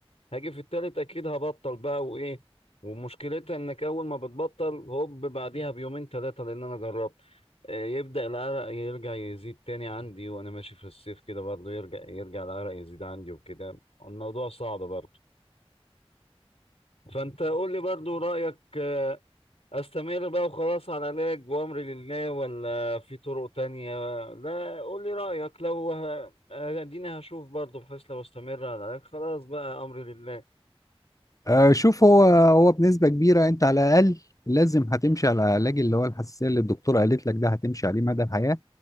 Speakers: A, on the left; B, on the left.
A: هاجي في التالت أكيد هبطل بقى وإيه ومشكلتها إنك أول ما بتبطل هوب بعديها بيومين تلاتة لأن أنا جربت آه، يبدأ العرق يرجع يزيد تاني عندي وأنا ماشي في الصيف كده برضه يرجع يرجع العرق يزيد عندي وكده الموضوع صعب برضه فانت قول لي برضو رأيك آه، استمر بقى وخلاص على علاج وامري لله ولا في طرق تانية لا قول لي رأيك لو ه- اديني هشوف برضو بحيث لو استمر على العلاج خلاص بقى امري لله
B: آه، شوف هو هو بنسبه كبيره انت على الاقل لازم هتمشي على العلاج اللي هو الحساسيه اللي الدكتور قالت لك ده هتمشي عليه مدى الحياه